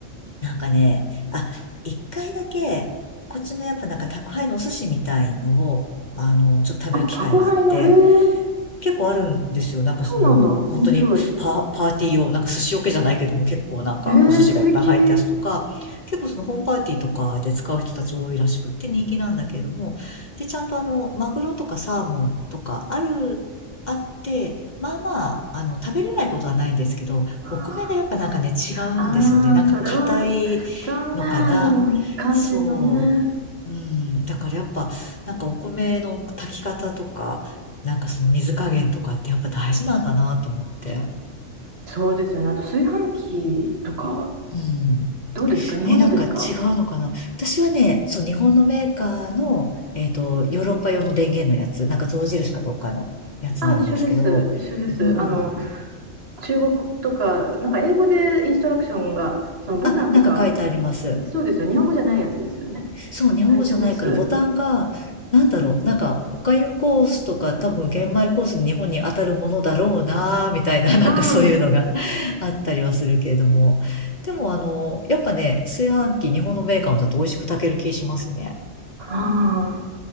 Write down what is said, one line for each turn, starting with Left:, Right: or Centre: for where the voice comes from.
Left: なんかね、あ、一回だけ、こっちのやっぱなんか宅配のお寿司みたいのを、あの、ちょっと食べる機会があって、
Right: あ、宅配の、へえ、
Left: 結構あるんですよ。なんかその、
Right: そうなんだ。
Left: 本当にパ、
Right: 面白い。
Left: パーティー用、なんか寿司桶じゃないけども結構なんかお寿司がいっぱい入ったやつとか、
Right: へえ、素敵。
Left: 結構そのホームパーティーとかで使う人たち多いらしくって人気なんだけれども、で、ちゃんとあの、マグロとかサーモンとかある、あって、まあまあ、あの、食べれないことはないんですけど、
Right: あ
Left: お米がやっぱなんかね、違うんですよね。
Right: ー
Left: なんか硬い
Right: あー、それは残念。
Left: のかな。
Right: 肝心のね。
Left: そう。うん、だからやっぱ、なんかお米の炊き方とか、なんかその水加減とかってやっぱ大事なんだなと思って。
Right: そうですよね。あと炊飯器とか、
Left: うん。
Right: どうですか日本のですか
Left: ね、なんか違うのかな。私はね、そう、日本のメーカーの、えっと、ヨーロッパ用の電源のやつ、なんか象印かどっかのやつなんですけど、
Right: あ、一緒です。一緒です。
Left: うん。
Right: あの、中国とか、なんか英語でインストラクションが、そのボタンとか、
Left: あ、なんか書いてあります。
Right: そうですよ。日本語じゃないやつですよね。
Left: そう、日本語じゃないからボタンが、
Right: あ、一緒です。
Left: なんだろう、なんか、おかゆコースとか多分玄米コースに日本に当たるものだろうなーみたいな、<laughs> なんかそういうのが
Right: あ
Left: <laughs> あったりはするけれども。でもあの、やっぱね、炊飯器日本のメーカーだと美味しく炊ける気しますね。
Right: あ、ああ。